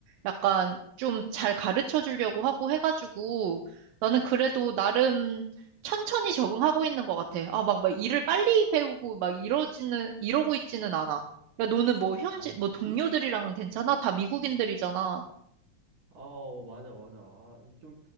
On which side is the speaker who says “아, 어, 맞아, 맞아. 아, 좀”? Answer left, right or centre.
Right